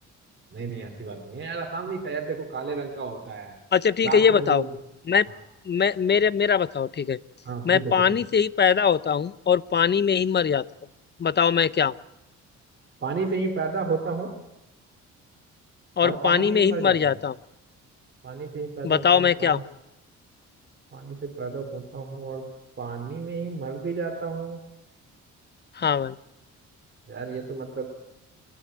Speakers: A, on the right; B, on the left.
A: नहीं नहीं ऐसी बात नहीं है यार असामी का यार देखो काले रंग का होता है
B: अच्छा ठीक
A: रात
B: है ये बताओ
A: में वो
B: मैं
A: हाँ
B: मैं मेरे मेरा बताओ ठीक है
A: हाँ
B: मैं
A: पूछो
B: पानी
A: पूछो पूछो
B: से ही पैदा होता हूँ और पानी में ही मर जाता हूँ बताओ मैं क्या हूँ
A: पानी से ही पैदा होता हूँ
B: और
A: और पानी
B: पानी
A: में
B: में
A: ही
B: ही
A: मर जाता
B: मर जाता
A: हूँ
B: हूँ
A: पानी से ही पैदा
B: बताओ
A: होता हूँ
B: मैं
A: और
B: क्या
A: पानी
B: हूँ
A: पानी से पैदा होता हूँ और पानी में ही मर भी जाता हूँ
B: हाँ भाई
A: यार ये तो मतलब